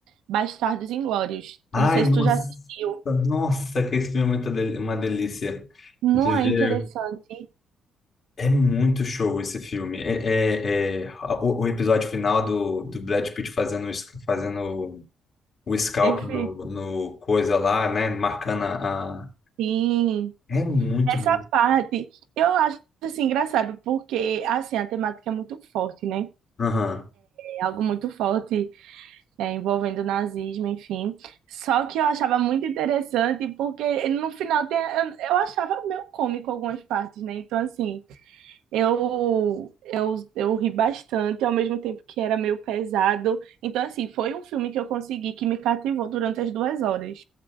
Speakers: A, on the right (about 85°); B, on the left (about 50°).
A: Bastardos Inglórios.
B: Ai,
A: Eu não sei
B: nossa,
A: se tu já assistiu.
B: nossa, que esse filme é muita del- uma delícia
A: Não
B: de
A: é
B: ver.
A: interessante?
B: É muito show esse filme. É, é- é- a- o, o episódio final do, do Brad Pitt fazendo, o es- fazendo o scalp
A: Perfeito.
B: no, no coisa lá, né? Marcando a. a-
A: Sim.
B: É muito
A: Essa
B: bom.
A: parte eu acho assim engraçado, porque assim, a temática é muito forte, né?
B: Aham.
A: É algo muito forte é, envolvendo o nazismo, enfim. Só que eu achava muito interessante, porque no final tem, eu, eu achava meio cômico algumas partes, né? Então, assim, eu, eu, eu ri bastante, ao mesmo tempo que era meio pesado. Então, assim, foi um filme que eu consegui que me cativou durante as duas horas.